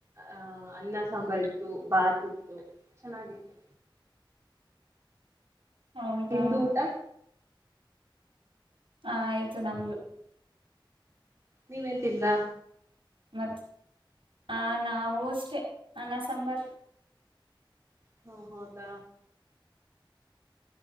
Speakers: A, on the right; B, on the right.
A: ಆಹ ಅನ್ನ ಸಾಂಬಾರ್ ಇತ್ತು ಭಾತ್ ಇತ್ತು ಚೆನ್ನಾಗಿತ್ತು
B: ಹೌದಾ
A: ನಿಮ್ದು ಊಟ
B: ಹ ಆಯ್ತು ನಮ್ದು
A: ನೀವೇನ್ ತಿಂದ್ರಾ
B: ಮತ್ತ ಹ ನಾವು ಅಷ್ಟೇ ಅನ್ನ ಸಾಂಬಾರ
A: ಹಾ ಹೌದಾ